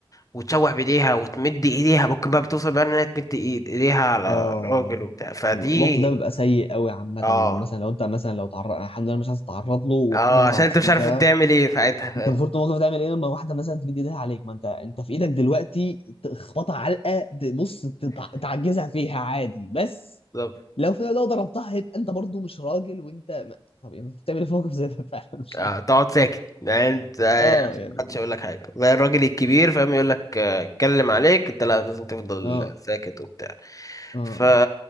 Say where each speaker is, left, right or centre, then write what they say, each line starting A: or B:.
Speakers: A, on the left; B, on the left.
A: وتشوح بايديها وتمد ايديها ممكن بقى بتوصل بقى انها تمد إيد- ايديها على
B: اه
A: الراجل وبتاع فدي
B: الموقف ده بيبقى سيء قوي عامة
A: اه
B: لما مثلا لو انت مثلا لو تعرض الحمد لله مش عايز تتعرض له والحمد
A: اه
B: لله ما
A: عشان
B: تعرضتش
A: انت مش
B: قبل
A: عارف
B: كده
A: تعمل ايه ساعتها <laughs>
B: انت المفروض
A: ف-
B: في الموقف ده تعمل ايه لما واحدة مثلا تمد ايديها عليك ما انت انت في ايدك دلوقتي تخبطها علقة ت- بص تتع- تعجزها فيها عادي بس
A: بالظبط
B: لو في لو ضربتها هيبقى انت برضو مش راجل وانت ما... طب يعني بتعمل ايه في موقف زي ده <laughs> فعلا مش
A: آه،
B: عارف
A: تقعد ساكت يعني انت آه،
B: اه يعني
A: محدش يقول لك حاجه زي الراجل الكبير فاهم يقول لك آه، اتكلم عليك انت لا لازم تفضل
B: اه
A: ساكت وبتاع
B: اه اه
A: فا